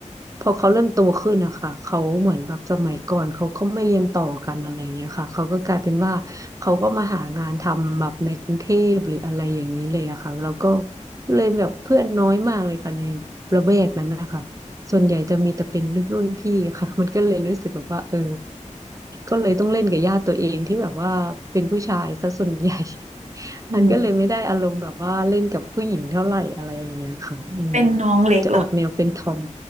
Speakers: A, on the right; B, on the right.
A: พอเขาเริ่มโตขึ้นนะคะเขาเหมือนแบบสมัยก่อนเขาก็ไม่เรียนต่อกันอะไรอย่างเงี้ยค่ะเขาก็กลายเป็นว่า เขาก็มาหางานทำแบบในกรุงเทพหรืออะไรอย่างนี้เลยอะค่ะแล้วก็เลยแบบเพื่อนน้อยมากเลยค่ะในระแวกนั้นนะคะส่วนใหญ่จะมีแต่เป็นรุ่นพี่ค่ะ <laughs> มันก็เลยรู้สึกแบบว่าเออก็เลยต้องเล่นกับญาติตัวเองที่แบบว่าเป็นผู้ชายซะส่วนใหญ่ <laughs>
B: อืม
A: มันก็เลยไม่ได้อารมณ์แบบว่าเล่นกับผู้หญิงเท่าไหร่อะไรอย่างเงี้ยค่ะอืม
B: เป็นน้องเล็กเหรอ
A: จะออกแนวเป็นทอม